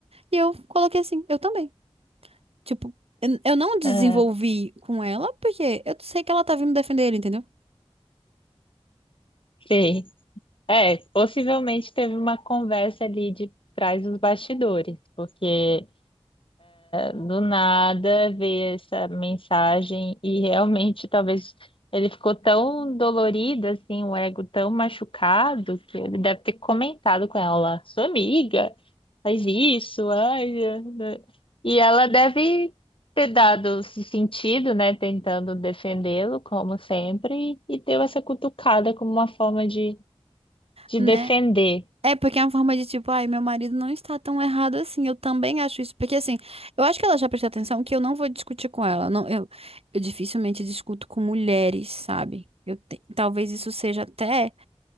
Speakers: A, on the right; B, on the left.
A: E eu coloquei assim: eu também. Tipo, eu eu não desenvolvi
B: Ah,
A: com ela, porque eu sei que ela tá vindo defender ele, entendeu?
B: sei. É, possivelmente teve uma conversa ali de trás dos bastidores, porque. do nada ver essa mensagem e realmente talvez ele ficou tão dolorido, assim, o ego tão machucado, que ele deve ter comentado com ela, sua amiga, faz isso, ai. é, né?" E ela deve ter dado esse sentido, né, tentando defendê-lo, como sempre, e deu essa cutucada como uma forma de, de
A: Né?
B: defender.
A: É porque é uma forma de tipo, ai, meu marido não está tão errado assim. Eu também acho isso. Porque assim, eu acho que ela já prestou atenção que eu não vou discutir com ela. Não, eu, eu dificilmente discuto com mulheres, sabe? Eu te- talvez isso seja até